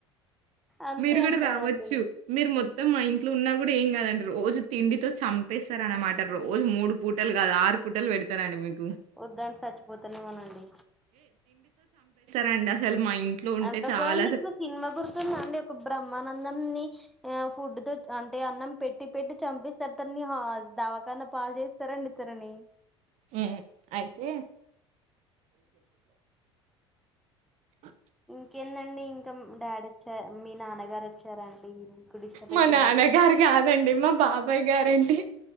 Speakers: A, in the centre; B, on the right.
A: అంతే
B: మీరు గుడా
A: అంటారా
B: రావచ్చు
A: అండి
B: మీరు మొ నువ్వు మా ఇంట్లో ఉన్నా గుడా ఏం కాదనరు రోజు తిండితో చంపేస్తరన్నమాట రోజు మూడు పూటలు కాదు ఆరు పూటలు పెడతారండి మీకు
A: వద్దని చచ్చిపోతానేమోనండి
B: రండి అసలు మా ఇంట్లో ఉంటే
A: <inaudible>
B: చాలా అసలు
A: సినిమా గుర్తుందా అండి ఒక బ్రహ్మానందన్ని ఆ ఫుడ్ తో అంటే అన్నం పెట్టి పెట్టి చంపిస్తారు తనని దవాఖనా పాల్ చేస్తారండి అతరని
B: హ్ అయితే <inaudible>
A: ఇంకేందండి ఇం ఇంత డాడ్ మీ నానక్ గార్ వచ్చారా అండి మీకు డిస్టర్బ్
B: మా
A: అయితుందా
B: నాన్నగారు గాదండి. మా బాబాయ్ గారండి